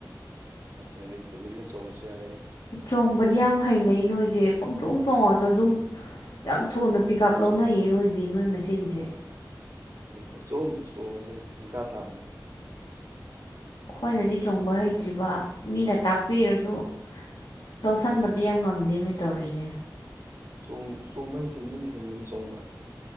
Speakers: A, on the right; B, on the left.
A: ꯑ ꯉꯩꯅ ꯇꯃꯤꯂ ꯁꯣꯝꯁꯨ ꯌꯥꯔꯦ
B: ꯆꯣꯡꯕꯗꯤ ꯌꯥꯝ ꯍꯩꯅꯩ ꯅꯣꯏꯁꯦ ꯄꯪꯊꯣꯛ ꯆꯣꯡꯉꯁꯨ ꯑꯗꯨꯝ ꯌꯥꯝ ꯊꯨꯅ ꯄꯤꯛꯑꯞ ꯂꯧꯅꯩꯌꯦ ꯅꯣꯏꯗꯤ ꯅꯣꯏ ꯃꯁꯦꯟꯁꯦ
A: ꯄ ꯆꯣꯛꯇ ꯁꯣꯁꯦꯨ ꯊꯥ ꯇꯕꯗꯨ
B: ꯑꯩꯈꯣꯏꯅꯗꯤ ꯆꯣꯡꯕ ꯍꯩꯇ꯭ꯔꯤꯕ ꯃꯤꯅ ꯇꯥꯛꯄꯤꯔꯁꯨ ꯂꯧꯁꯤꯟꯕꯗꯤ ꯌꯥꯝ ꯉꯝꯗꯦ ꯃꯤ ꯇꯧꯔꯤꯁꯦ
A: ꯆ ꯆꯣꯡꯕ ꯍꯩꯇ ꯃꯤꯅ ꯍꯦꯟꯕꯅꯤ ꯆꯣꯡꯕ